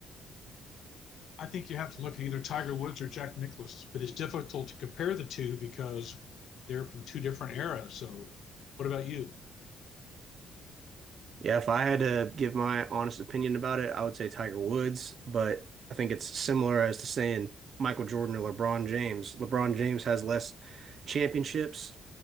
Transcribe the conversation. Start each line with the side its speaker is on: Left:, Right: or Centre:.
Left: I think you have to look at either Tiger Woods or Jack Nicklaus, but it's difficult to compare the two because they're from two different eras. So, what about you?
Right: Yeah, if I had to give my honest opinion about it, I would say Tiger Woods, but I think it's similar as to saying Michael Jordan or LeBron James. LeBron James has less championships